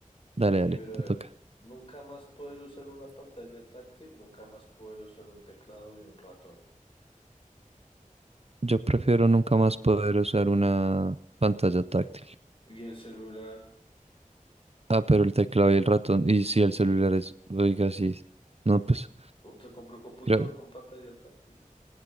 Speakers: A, on the right; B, on the left.
A: Dale, dale,
B: Mi brother,
A: te toca.
B: nunca más poder usar una pantalla táctil, nunca más poder usar un teclado y un ratón.
A: Yo prefiero nunca más poder usar una pantalla táctil.
B: Y el celular,
A: Ah, pero el teclado y el ratón. Y sí, el celular es. Oiga, sí. No, pues.
B: o- se compró un computador
A: Creo,
B: con pantalla táctil.